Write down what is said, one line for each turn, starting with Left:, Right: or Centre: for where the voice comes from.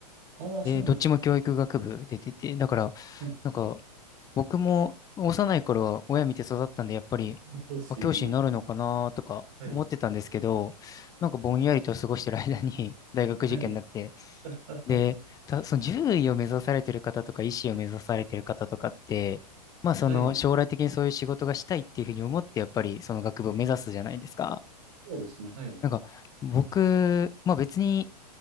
Right: ああ、
Left: で、
Right: そうなんですね。
Left: どっちも教育学部出てて、だから、
Right: はい。
Left: なんか、僕も幼い頃は親見て育ったんで、やっぱり、
Right: 教師。
Left: あ教師になるのかなとか思ってたんですけど、
Right: はい。
Left: なんかぼんやりと過ごしてる間に <laughs> 大学受験になって、
Right: はい。<laughs>
Left: で、た、その獣医を目指されてる方とか医師を目指されてる方とかって、まあその将来的にそういう仕事がしたいっていうふうに思ってやっぱりその学部を目指すじゃないですか。
Right: はい。そうですね。はい。
Left: なんか僕、まあ別に